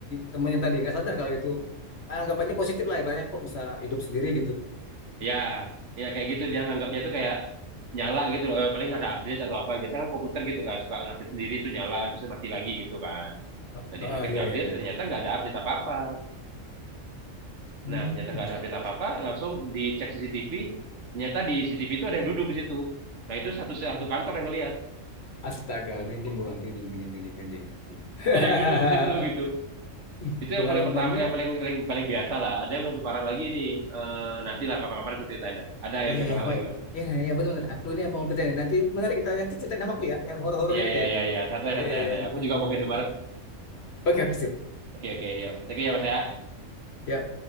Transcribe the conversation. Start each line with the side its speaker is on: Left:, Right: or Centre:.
Left: temannya tadi nggak sadar kalau itu anggapannya positif lah ibaratnya kok bisa hidup sendiri gitu.
Right: Ya, ya kayak gitu dia nganggapnya tuh kayak nyala gitu loh. Eh, Paling ada update atau apa. Biasanya kan komputer gitu kan suka ngupdate sendiri tuh nyala, terus mati lagi gitu kan.
Left: Ah,
Right: Nah
Left: ah,
Right: dia pikir
Left: iya
Right: ngupdate,
Left: iya iya.
Right: ternyata nggak ada update apa-apa.
Left: Hmm,
Right: Nah ternyata nggak
Left: bisa.
Right: ada update apa-apa, langsung dicek CCTV. Ternyata di CCTV itu ada yang duduk di situ. Nah itu satu satu
Left: Oh.
Right: kantor yang ngelihat
Left: Astaga, merinding gua, merinding, merinding, merinding, merinding. <laughs>
Right: ada yang duduk di situ gitu.
Left: Ih,
Right: Itu yang
Left: Pengalamannya,
Right: paling pertama, yang paling paling paling biasa lah. Ada yang lebih parah lagi nih. Eh nantilah kapan-kapan aku ceritain dah. Ada yang
Left: iya,
Right: lebih
Left: iya,
Right: parah lagi mas.
Left: iya, iya, iya, benar-benar. Aku ini mau kerja nih. Nanti menarik kita nanti ceritain sama aku ya, yang horor-horor
Right: Iya
Left: gitu
Right: iya
Left: ya.
Right: iya iya. Santai
Left: Iya,
Right: santai
Left: iya,
Right: santai.
Left: iya, yang
Right: Aku
Left: bikin
Right: juga
Left: merinding
Right: mau ke Indomaret
Left: aku. Oke, oke, sip.
Right: Oke oke yuk. Thank you ya Mas ya.
Left: Ya,